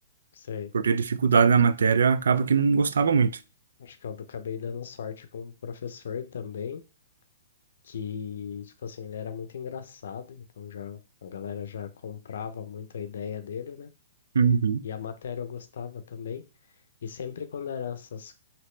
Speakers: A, on the left (about 70°); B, on the right (about 80°).
A: sei.
B: Por ter dificuldade na matéria, acaba que não gostava muito.
A: Acho que eu acabei dando sorte com um professor também, que, tipo assim, ele era muito engraçado, então já a galera já comprava muito a ideia dele, né?
B: Uhum.
A: E a matéria eu gostava também. E sempre quando era essas